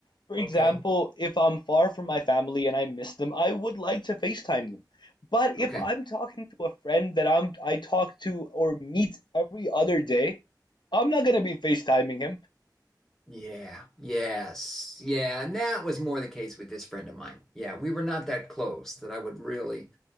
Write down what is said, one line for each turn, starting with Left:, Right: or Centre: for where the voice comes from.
Left: For example,
Centre: it? Okay.
Left: if I'm far from my family and I miss them, I would like to FaceTime them. But
Centre: Okay.
Left: if I'm talking to a friend that I'm I talk to or meet every other day, I'm not gonna be FaceTiming him.
Centre: Yeah. Yes. Yeah. And that was more the case with this friend of mine. Yeah. We were not that close that I would really